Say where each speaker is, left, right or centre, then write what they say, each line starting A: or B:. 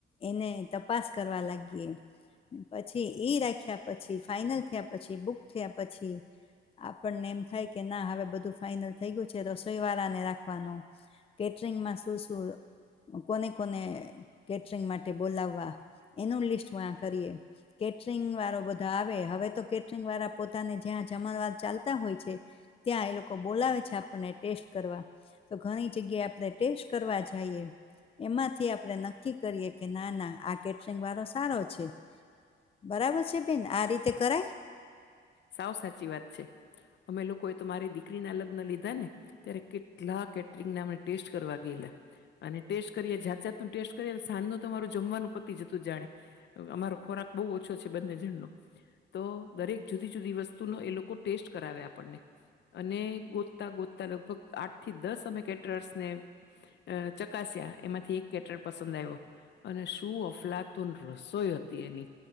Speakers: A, on the left (about 30°); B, on the left (about 60°).
A: એને તપાસ કરવા લાગીએ પછી એઈ રાખ્યા પછી ફાઈનલ થયા પછી બુક થયા પછી આપણને એમ થાય કે ના હવે બધું ફાઈનલ થઈ ગયું છે રસોઈ વાળાને રાખવાનું કેટરિંગમાં શું શું કોને કોને કેટરિંગ માટે બોલાવા એનું લિસ્ટ મા કરીએ કેટરિંગ વાળો બધો આવે હવે તો કેટરિંગ વાળા પોતાને જ્યાં જમણવાર ચાલતા હોય છે, ત્યાં એ લોકો બોલાવે છે આપણને ટેસ્ટ કરવા તો ઘણી જગ્યાએ આપડે ટેસ્ટ કરવા જઈએ એમાંથી આપણે નક્કી કરીએ કે ના ના આ કેટરિંગ વાળો સારો છે, બરાબર છે, બેન આ રીતે કરાય
B: સાવ સાચી વાત છે, અમે લોકોએ તો મારી દીકરી ના લગ્ન લીધા ને ત્યારે કેટલા કેટરિંગ ના અમે ટેસ્ટ કરવા ગયેલા અને ટેસ્ટ કરીયે જાત જાત નુ ટેસ્ટ કરીયે તમારું જમવાનું પતિ જતું જાણે અમારો ખોરાક બહુ ઓછો છે બંને જણ નો તો દરેક જુદી જુદી વસ્તુનો એ લોકો ટેસ્ટ કરાવે આપણને અને ગોતતા ગોતતા લગભગ આઠ થી દસ અમે કેટરર્સ ને અ ચકાસ્યા એમાંથી એક કેટર પસંદ આવ્યો અને શું અફલાતુન રસોઈ હતી એની